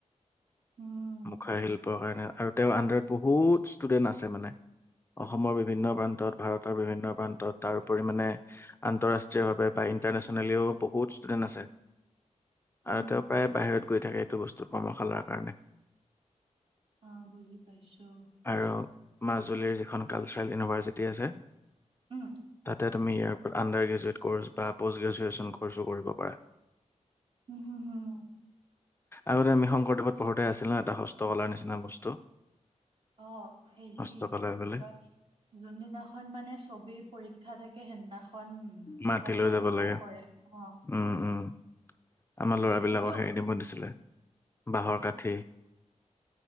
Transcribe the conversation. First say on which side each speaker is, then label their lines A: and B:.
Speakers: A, on the right (about 45°); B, on the left (about 20°).
A: হুম,
B: মুখা শিল্পৰ কাৰণে, আৰু তেওঁ অন্দাৰত বহুত ষ্টুডেন্ট আছে মানে। অসমৰ বিভিন্ন প্ৰান্তত ভাৰতৰ বিভিন্ন প্ৰান্তত তাৰ ওপৰি মানে আন্তঃৰাষ্ট্ৰীয়ভাৱে ব ইণ্টাৰনেশ্যনেলিও বহুত ষ্টুডেণ্ট আছে
A: হুম,
B: আৰু তেওঁ প্ৰায় বাহিৰত গৈ থাকে এইটো বস্তু কৰ্মশালাৰ কাৰণে
A: আহ বুজি পাইছো
B: আৰু মাজুলীৰ যিখন কালচাৰেল ইউনিভাৰ্চিটি আছে
A: উম,
B: তাতে তুমি ইয়াৰ আণ্ডাৰ গ্ৰেজুৱেট ক'ৰ্চ বা প'ষ্ট গ্ৰেজুৱেশ্যন ক'ৰ্ছো কৰিব পাৰ
A: উম হুম হম
B: আগতে আমি শংকৰদেৱত পঢ়োঁতে আছিলোঁ না এটা হস্ত কালাৰ নিচিনা বস্তু
A: অ হেৰি
B: হস্তকলা
A: কি বুলি
B: বোলে
A: কয় যোনদিনাখন মানে ছবিৰ পৰীক্ষা থাকে সেইদিনাখন এখন
B: মাটি
A: হস্তশিল্পও
B: লৈ যাব লাগে
A: কৰে অ
B: উম, উম, আমাৰ লৰাবিলাকৰ
A: সেইটো
B: সেটো আনিব দিছিলে বাঁহৰ কাঠি